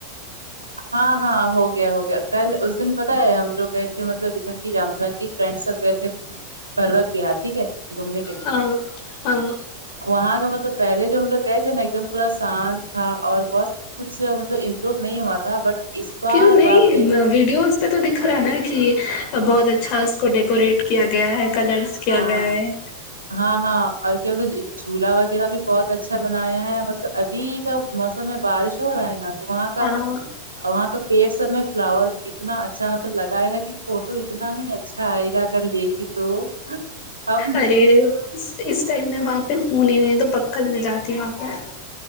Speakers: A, on the right; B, on the left.
A: ہاں ہاں ہو گیا ہو گیا کل اس دن پتا ہے ہم لوگ گئے تھے مطلب <unintelligible> کی فرینڈ سب گئے تھے پروت بہار ٹھیک ہے گھومنے کے لیے
B: ہاں ہاں
A: وہاں کا مطلب پہلے جو ہم لوگ گئے تھے نا ایک دم پورا شانت تھا اور بہت کچھ مطلب امپرو نہیں ہوا تھا بٹ اس بار
B: کیوں گئی
A: باپ رے
B: ویڈیوز اس پہ تو دکھ رہا ہے نا کہ بہت اچھا اس کو ڈیکوریٹ کیا گیا ہے کلرس کیا
A: ہاں
B: گیا ہے
A: ہاں ہاں اور کیا بولتے جھولا وغیرہ بھی بہت اچھا بنایا ہے مطلب ابھی کا موسم میں بارش ہو رہا ہے نا تو وہاں کا
B: ہاں
A: اور وہاں کا پیڑ سب میں فلاور اتنا اچھا مطلب لگائے نا کہ فوٹو اتنا ہی اچھا آئے گا کل دیکھی تو ہم
B: ارے تو اس ٹائم میں وہاں پہ پھول نہیں تو پکا میں جاتی وہاں پہ